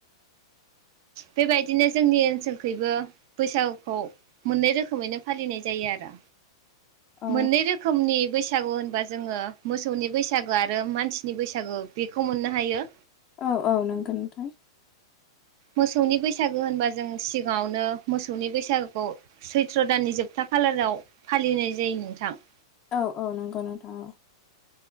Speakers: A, on the right (about 50°); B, on the left (about 30°).
A: बेबायदिनो जोंनि ओनसोलखैबो बैसागुखौ मोननै रोखोमैनो फालिनाय जायो आरो
B: अ
A: मोननै रोखोमनि बे बैसागु होनबा जोङो मोसौनि बैसागो आरो मानसिनि बैसागु बेखौ मोननो हायो।
B: औ औ नंगो नोंथां।
A: मोसौनि बैसागो होनबा जों सिगाङावनो मोसौनि बैसागोखौ सैथ्र' दाननि जोबथा खालाराव फालिनाय जायो नोंथां।
B: औ औ नंगौ नोंथां औ।